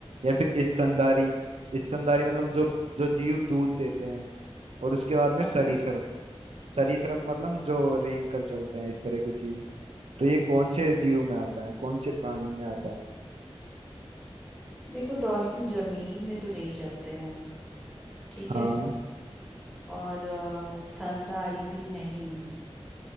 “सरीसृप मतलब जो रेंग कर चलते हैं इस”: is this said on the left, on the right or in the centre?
Right